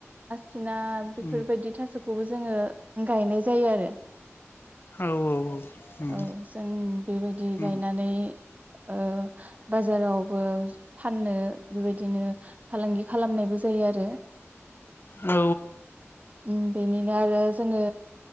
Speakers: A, on the right; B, on the left.
A: थिना बेफोरबायदि
B: उम
A: थास'खौबो जोङो गायनाय जायो आरो
B: औ औ उम
A: औ जों बेबायदि
B: उम
A: गायनानै ओ बाजाराव बो फाननो बेबायदिनो फालांगि खालामनायबो जायो आरो
B: औ
A: उम बेनिनो आरो जोङो